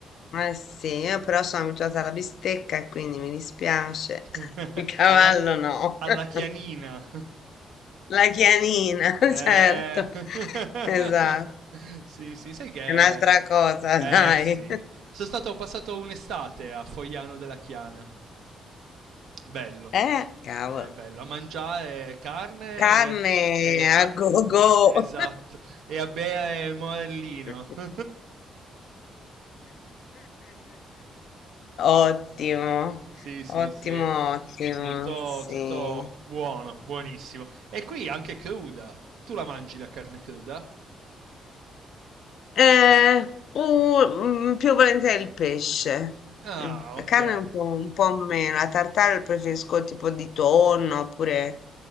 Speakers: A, on the left; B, on the right.
A: eh sì, io però sono abituata alla bistecca e quindi mi dispiace.
B: <laughs>
A: <laughs> Il cavallo
B: alla,
A: no.
B: alla
A: <laughs>
B: chianina. <laughs>
A: La chianina, <laughs>
B: Eh.
A: certo.
B: <laughs>
A: Esatto.
B: sì, sì, sai che...
A: È un'altra cosa,
B: Eh
A: <laughs> dai.
B: sì, sono stato ho passato un'estate a Fogliano della Chiana. Bello.
A: Eh, cavolo.
B: È bello, a mangiare carne
A: Carne
B: e, e- a-
A: a go-go.
B: esatto, e a bere morellino.
A: <laughs>
B: <laughs>
A: Ottimo,
B: Sì, sì,
A: ottimo,
B: sì,
A: ottimo,
B: molto,
A: sì.
B: tutto buono, buonissimo. E qui anche cruda. Tu la mangi la carne cruda?
A: Eh, pu- mm, più volentieri il pesce.
B: Ah,
A: Mm, La
B: ok.
A: carne un po', un po' meno. La tartare preferisco tipo di tonno oppure